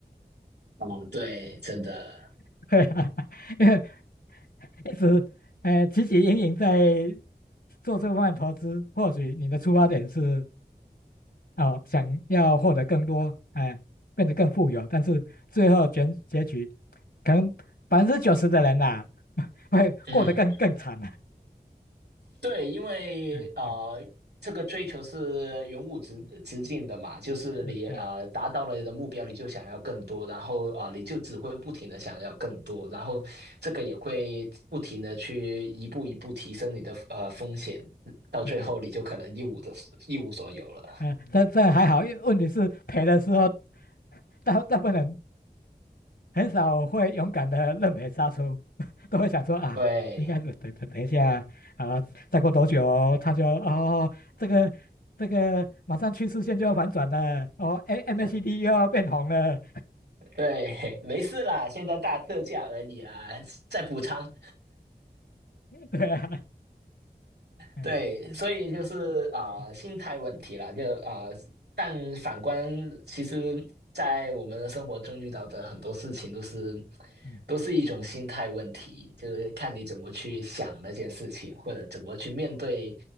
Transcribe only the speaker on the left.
<laughs> 对啊，<laughs> 因为一直呃汲汲营营在做这方面投资，或许你的出发点是哦想要获得更多，哎、变得更富有，但是最后结结局，可能百分之九十的人呐、<laughs> 会过得更更惨了、
嗯嗯，
是，嗯
对，嗯，但这还好，因为问题是赔的时候，大大部分人很少会勇敢的认赔杀出，<laughs> 都会想说啊，
应该是等等等一下啊，再过多久他就哦，这个这个马上趋势线就要反转了，哦，A MACD
又要变红了，
<laughs> 对啊，嗯
嗯
嗯，